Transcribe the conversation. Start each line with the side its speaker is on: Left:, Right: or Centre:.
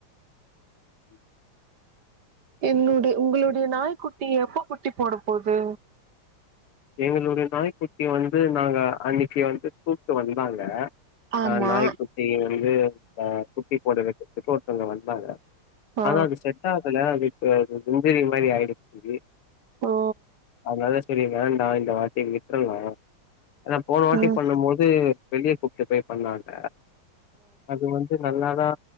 Left: ம்
Right: எங்ளோடு உங்களுடைய நாய்க்குட்டி எப்ப குட்டி போட போது
Left: எங்களுடைய நாய்க்குட்டிய வந்து நாங்க அன்னைக்கி வந்து கூட்டு வந்தாங்க
Right: ஆமா
Left: ஆ நாய்க்குட்டி வந்து அ குட்டி போட வெக்கரதுக்கு ஒருத்தவ்ங்க வந்தாங்க
Right: ஆ
Left: ஆனா அது செட் ஆகல அது இப்ப இன்ஜூரிங் மாரி ஆயிடுச்சு
Right: ஓ
Left: அதனால செரி வேண்டா இந்த வாட்டி விட்றலா அதா போன வாட்டி
Right: ம்
Left: பண்ணும் போது வெளிய கூட்டு போய் பண்ணாங்க அது வந் நல்லாதா